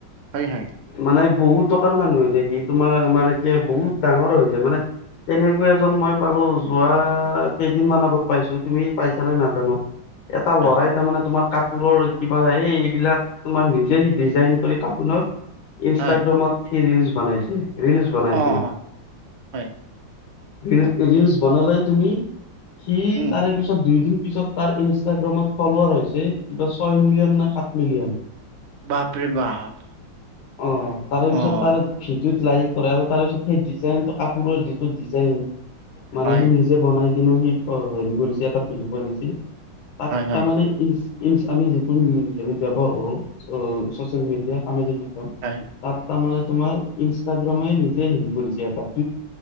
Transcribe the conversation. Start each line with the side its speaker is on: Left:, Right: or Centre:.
Right: হয় হয়
Left: মানে বহুত টকাৰ মানুহ যে সি তোমাৰ আমাৰ এতিয়া বহুত ডাঙৰ হৈ যায় মানে তেনেকুৱা এজন মই পালোঁ যোৱা কেইদিনমান আগত পাইছোঁ তুমি পাইছা নে নাই নাজানোঁ এটা
Right: হয়
Left: লৰাই তাৰ মানে তোমাৰ ক কোৰৰ কিবা এই এইবিলাক তোমাৰ নিজে সি ডিজাইন কৰি কাপোনত ইনষ্টাগ্ৰামত
Right: হয়
Left: ৰিলছ বনাইছে ৰিলিছ বনাইছে।
Right: অ অ হয়
Left: ৰিল ৰিলচ্ বনালে তুমি সি
Right: উম
Left: তাৰে পিছত দুই দিন পিছত তাৰ ইনষ্টাগ্ৰামত ফলোৰ হৈছে কিবা ছয় মিলিয়ন নাই সাত মিলিয়ন
Right: বাপৰে বাপ
Left: অ তাৰে পিছত
Right: অ'।
Left: তাৰ ভিডিঅ'ত লাইক কৰা আৰু তাৰ পিছত সেই ডিজাইনটো কাপোৰৰ যিটো ডিজাইন মানেখিনি
Right: হয়
Left: যে বনাই কিনো সি হেৰি কৰিছে এটা ভিডিঅ' বনিছিল তাক
Right: হয় হয়
Left: তাৰমানে ই ই আমি যিটো ব্যৱহাৰ কৰো চচিয়েল মিডিয়া সামাজিক মাধ্যম
Right: হয়।
Left: তাত তাৰমানানে তোমাৰ ইনষ্টাগ্ৰামে নিজে হেৰি কৰিছে এটা